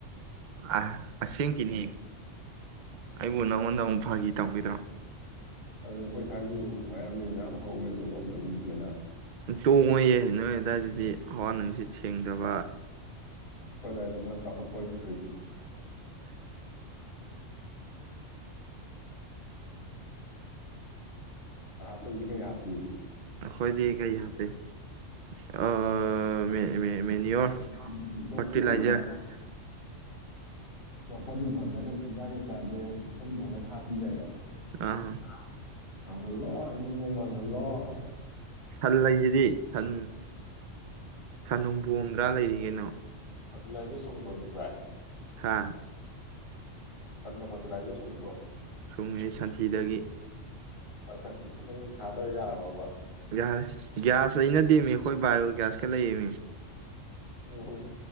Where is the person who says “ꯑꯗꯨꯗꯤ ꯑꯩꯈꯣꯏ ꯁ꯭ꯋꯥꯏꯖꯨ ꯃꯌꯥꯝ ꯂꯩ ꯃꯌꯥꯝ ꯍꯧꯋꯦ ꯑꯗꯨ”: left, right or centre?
Left